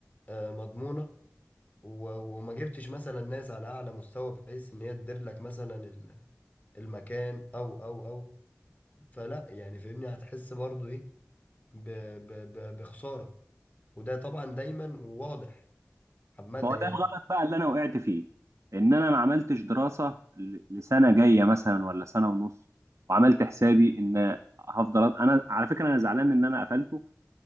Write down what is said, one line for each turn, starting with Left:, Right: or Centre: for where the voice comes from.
Left: آه مضمونه و- وما جبتش مثلا ناس على اعلى مستوى بحيث ان هي تدير لك مثلا ال- المكان او او او فلا يعني فاهمني هتحس برضو ايه ب ب ب بخسارة وده طبعا دايما واضح عامة
Right: ما هو ده
Left: يعني
Right: الغلط بقى اللي انا وقعت فيه ان انا ما عملتش دراسه ل- لسنه جايه مثلا ولا سنه ونص وعملت حسابي ان هفضل أ- انا على فكره انا زعلان ان انا قفلته